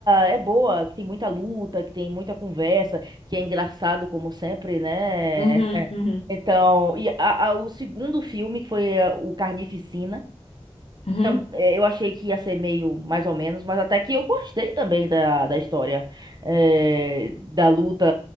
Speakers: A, on the right; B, on the left.
A: é boa, que tem muita luta, que tem muita conversa, que é engraçado como sempre, né?
B: Uhum,
A: <laughs>
B: uhum.
A: Então, e a- a- o segundo filme, que foi eh, o Carnificina,
B: Uhum.
A: Tam- é, Eu achei que ia ser meio mais ou menos, mas até que eu gostei também da, da história. é, da luta